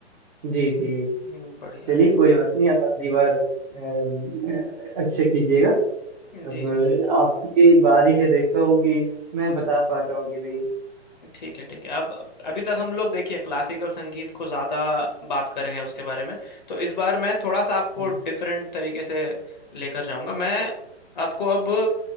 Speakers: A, on the right (about 40°); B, on the left (about 45°).
A: जी जी
B: हम्म, बढ़िया
A: चलिए कोई बात नहीं आप अगली बार अ, अ, अच्छे कीजिएगा अब
B: जी जी
A: अ, आपकी बारी है देखता हूँ कि मैं बता पाता हूँ कि नहीं
B: ठीक है ठीक है अब अभी तक हम लोग देखिए क्लासिकल संगीत को ज्यादा बात कर रहे हैं उसके बारे में तो इस बार मैं थोड़ा सा आपको
A: हम्म,
B: डिफरेंट तरीके से लेकर जाऊंगा मैं आपको अब